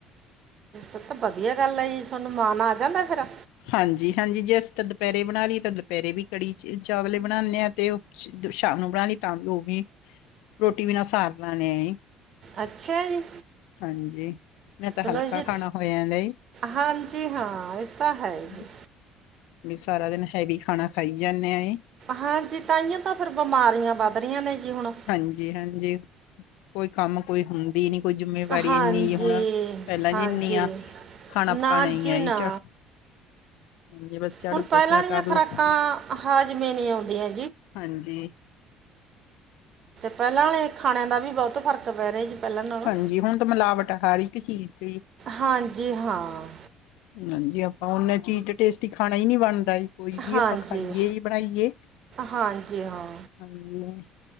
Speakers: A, on the right (about 35°); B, on the left (about 80°).
A: ਤਾ ਵਧੀਆ ਗੱਲ ਆ ਜੀ ਤੁਹਾਨੂੰ ਮਾਨ ਆ ਜਾਂਦਾ ਫੇਰ?
B: ਹਾਂਜੀ-ਹਾਂਜੀ ਜੇ ਅਸੀਂ ਤਾਂ ਦੁਪਹਿਰੇ ਬਣਾ ਲਈਏ ਤਾਂ ਦੁਪਹਿਰੇ ਵੀ ਕੜੀ ਚ ਚਾਵਲੇ ਬਣਾਨੇ ਆ ਤੇ ਸ਼ਾਮ ਨੂੰ ਬਣਾ ਲਈ ਤਾਂ ਵੀ ਉਹ ਵੀ ਰੋਟੀ ਬਿਨਾਂ ਸਾਰ ਲੇਨੇ ਆ ਜੀ।
A: ਅੱਛਾ ਜੀ,
B: ਹਾਂਜੀ। ਮੈਂ ਤਾਂ
A: ਚਲੋ
B: ਹਲਕਾ
A: ਜੀ
B: ਖਾਣਾ ਹੋ ਜਾਂਦਾ
A: ਹਾਂਜੀ ਹਾਂ ਇਹ ਤਾਂ, ਹੈ
B: ਹੂੰ,
A: ਜੀ
B: ਵੀ ਸਾਰਾ ਦਿਨ ਹੈਵੀ ਖਾਣਾ ਖਾਈ ਜਾਂਨਾ ਏ।
A: ਹਾਂਜੀ ਤਾਂ ਹੀਓ ਤਾਂ ਫਿਰ ਬਿਮਾਰੀਆਂ ਵੱਧ ਰਹੀਆਂ ਨੇ ਜੀ ਹੁਣ।
B: ਹਾਂਜੀ ਹਾਂਜੀ ਕੋਈ ਕੰਮ ਕੋਈ ਹੁੰਦੀ ਨੀ। ਕੋਈ ਜਿੰਮੇਵਾਰੀ
A: ਹਾਂਜੀ
B: ਇੰਨੀ ਹੁਣ ਪਹਿਲਾਂ
A: ਹਾਂਜੀ
B: ਜਿੰਨੀ ਆ ਖਾਣਾ
A: ਨਾ
B: ਪਕਾਣਾ ਹੀਈ
A: ਜੀ
B: ਆ
A: ਨਾ
B: ਚ। ਹਾਂਜੀ ਬਸ ਝਾੜੂ
A: ਹੁਣ
B: ਪੋਚਾ
A: ਪਹਿਲਾਂ ਵਾਲੀਆਂ
B: ਕਰ ਲੋ
A: ਖੁਰਾਕਾਂ ਹਾਜਮਾ ਨਹੀਂ ਆਉਂਦੀਆਂ
B: ਹਾਂਜੀ।
A: ਪਹਿਲਾਂ ਵਾਲੇ ਖਾਣਿਆਂ ਦਾ ਵੀ ਬਹੁਤ ਫਰਕ ਪੈ ਰਿਹਾ ਪਹਿਲਾਂ ਨਾਲੋਂ
B: ਹਾਂਜੀ ਹੁਣ ਤਾਂ ਮਿਲਾਵਟ ਹਰ ਇੱਕ ਚੀਜ਼ ਚ ਹੀ
A: ਹਾਂਜੀ ਹਾਂ
B: ਹਾਂਜੀ ਆਪ ਹੁਨ ਚੀਜ਼ ਤੇ ਟੇਸਟੀ ਖਾਣਾ ਹੀ ਨਹੀਂ ਬਣ। ਦਾ ਹੀ ਕੋਈ ਵੀ
A: ਹਾਂਜੀ
B: ਆਪਾਂ ਖਾਈਏ ਬਣਾਈਏ
A: ਹਾਂਜੀ ਹਾਂ
B: ਹਾਂਜੀ।